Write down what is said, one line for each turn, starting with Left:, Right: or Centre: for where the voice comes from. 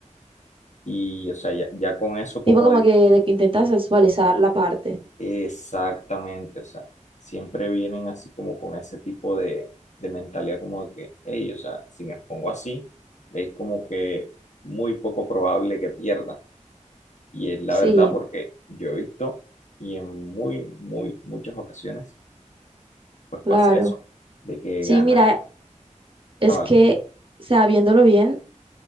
Left: Y, o sea, ya, ya con eso como
Right: Tipo como
Left: de
Right: que de que intentas sexualizar la parte.
Left: Exactamente, o sea, siempre vienen así como con ese tipo de, de mentalidad como de que, hey, o sea, si me pongo así, es como que muy poco probable que pierda. Y es la
Right: Sí,
Left: verdad porque yo he visto y en muy, muy, muchas ocasiones, pues pasa
Right: claro.
Left: eso, de que
Right: Sí,
Left: gana
Right: mira, es
Left: Aval,
Right: que, o sea, viéndolo bien,